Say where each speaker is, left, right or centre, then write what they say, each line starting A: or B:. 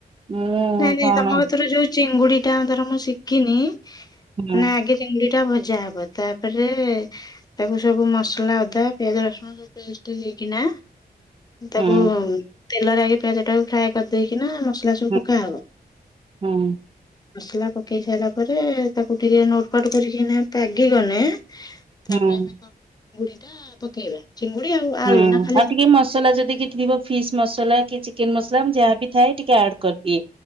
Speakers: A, on the right (about 35°); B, on the left (about 25°).
A: ମୁଁ
B: ନାଇଁ ନାଇଁ
A: କଣ
B: ତମ ଗତରେ ଯୋଉ ଚିଙ୍ଗୁଡି ଟା ଧର ମୁଁ ଶିଖିନି
A: ହୁଁ
B: ନା ଆଗେ ଚିଙ୍ଗୁଡି ଟା ଭଜା ହବ ତାପେରେ ତାକୁ ସବୁ ମସଲା ଅଦା ପିଆଜ ରସୁଣ ପେଷ୍ଟ ହେକ ନା ତାକୁ
A: ହୁଁ
B: ତେଲରେଗେ ପିଆଜ ଟାକୁ ଫ୍ରାଏ କରିଦେଇକିନା ମସଲା
A: ହୁଁ
B: କବ
A: ହୁଁ
B: ମସଲା ପକେଇ ସାରିଲା ପରେ ତାକୁ ଟିକେ ନୋଟ କଟ କରିକି ପାଗିଗଲେ ତାପରେ
A: ହୁଁ
B: ଆମେ କଣ ଚିଙ୍ଗୁଡି ଟା ପକେଇବା। ଚିଙ୍ଗୁଡି ଆଉ ଆଳୁ
A: ହୁଁ
B: ନା ଖାଲି
A: ଆଉ ଟିକେ ମସଲା ଯଦି କି ଥିବ ଫିସ୍ ମସଲା କି ଚିକେନ ମସଲା ମୁଁ ଯାହାବି ଥାଏ ଟିକେ ଆଡ କରିଦିଏ।